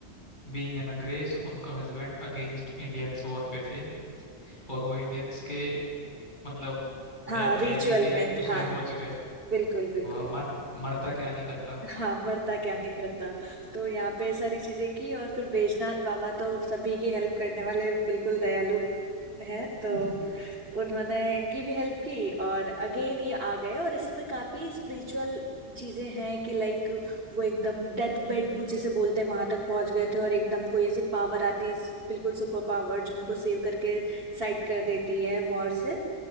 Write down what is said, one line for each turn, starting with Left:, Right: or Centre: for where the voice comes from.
Left: बीइंग एन अंग्रेज उनका हस्बैंड अगेंस्ट इंडियंस वॉर पे थे और वो इंडियंस के मतलब
Right: हाँ
Left: डाइटी
Right: रिचुअल
Left: के
Right: में
Left: उसमें
Right: हाँ
Left: पहुंच गए
Right: बिल्कुल बिल्कुल
Left: वह मर मरता क्या नहीं करता
Right: हाँ मरता क्या नहीं करता तो यहाँ पे ये सारी चीजें की और फिर बैजनाथ बाबा तो सभी की हेल्प करने वाले बिल्कुल दयालु है तो
Left: <laughs>
Right: उन्होंने इनकी भी हेल्प की और अगेन ये आ गए और इसमें काफी स्पिरिचुअल चीजें हैं कि लाइक वो एकदम डेथ बेड जिसे बोलते हैं वहां तक पहुंच गए थे और एकदम कोई ऐसी पावर आती बिल्कुल सुपर पावर जो उनको सेव करके साइड कर देती है वॉर से